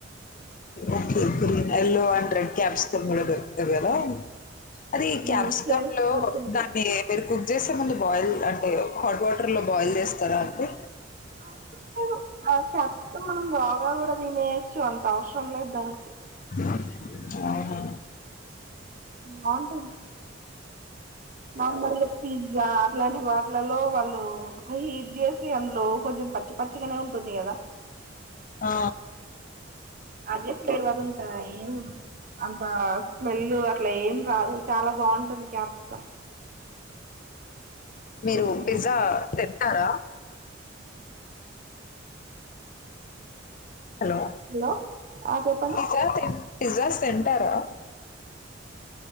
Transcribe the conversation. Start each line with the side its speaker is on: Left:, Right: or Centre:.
Left: okay green yellow and red caps త దొరుకుతుంది కదా అది క్యాప్సికమ్
Right: ఉమ్ చే
Left: లో
Right: దొరుకుద్ది
Left: దాన్ని పెరుగు చేస్తే ముందు బాయిల్ అంటే హాట్ వాటర్ లో బాయిల్ చేస్తారా అండి
Right: అవసరం లేదు ఆ క్యాప్సిమ్ మనం రోగాలు కూడా తినేయచ్చు అంత అఔ అన్నం దానికి
Left: ఆ అవునా
Right: నాన్ నార్మల్గా పిజ్జా అట్లాంటి వాటిలలో వాళ్ళు హీట్ చేసి అందులో కొంచం పచ్చి పచ్చిగానే ఉంటుంది కదా
Left: ఆ!
Right: అదే పేర్వల్ ఉంటాయి ఏం ఉమ్ అంత స్మెల్ అట్లా ఏం రాదు చాలా బావుంటది క్యాప్సికం
Left: మీరు పిజ్జా తింటారా హలో!
Right: హలో ఆ చెప్పండి
Left: పిజ్జా తిన్ పిజ్జాస్ తింటారా